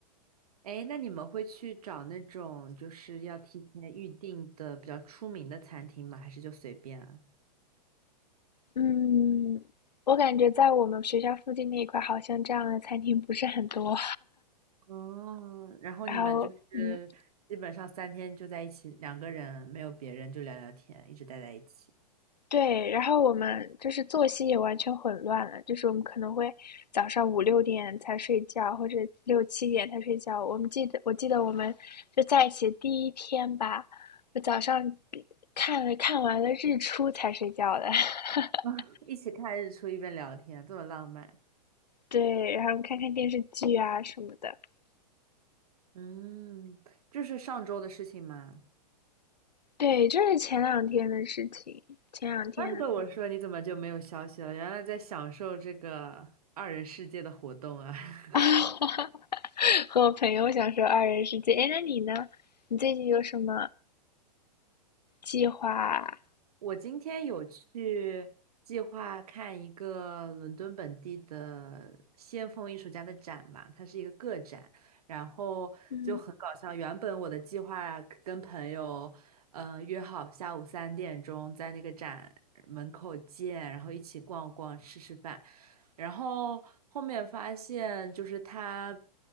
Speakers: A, on the right (about 60°); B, on the left (about 75°).
A: 哎，那你们会去找那种就是要提前预定的比较出名的餐厅吗？还是就随便啊？
B: 嗯，我感觉在我们学校附近那一块，好像这样的餐厅不是很多。
A: 哦，然后你们就是基本上三天就在一起，
B: 然后，嗯，
A: 两个人没有别人就聊聊天，一直待在一起，
B: 对，然后我们就是作息也完全混乱了，就是我们可能会早上五六点才睡觉，或者六七点才睡觉。我们记得，我记得我们就在一起第一天吧，我早上看了看完了日出才睡觉的。<laughs>
A: <laughs> 一起看日出一边聊天，这么浪漫。
B: 对，然后看看电视剧啊什么的。
A: 嗯，这是上周的事情嘛，
B: 对，这是前两天的事情，前两天
A: 怪不得我说你怎么就没有消息了，原来在享受这个二人世界的活动啊！<laughs>
B: <laughs> 啊和我朋友享受二人世界。哎，那你呢？你最近有什么计划啊？
A: 我今天有去计划看一个伦敦本地的先锋艺术家的展嘛，它是一个个展，然后就很搞笑。
B: 嗯。
A: 原本我的计划跟朋友，呃，约好下午三点钟在那个展门口见，然后一起逛逛吃吃饭，然后后面发现就是他